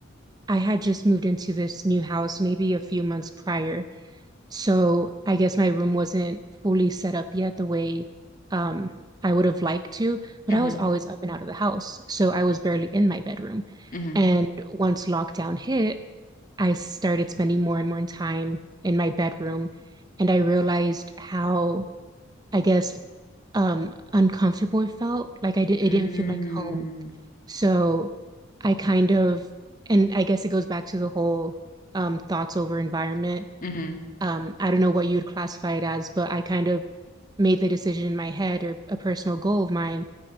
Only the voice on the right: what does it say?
I had just moved into this new house maybe a few months prior. So I guess my room wasn't fully set up yet the way um, I would have liked to, but
I was always up and out of the house. So I was barely in my bedroom.
And once lockdown hit, I started spending more and more time in my bedroom. And I realized how, I guess, um, uncomfortable it felt. Like I did, it
didn't feel like home. So I kind of, and I guess it goes back to the whole um, thoughts over environment
um, I don't know what you'd classify it as, but I kind of made the decision in my head or a personal goal of mine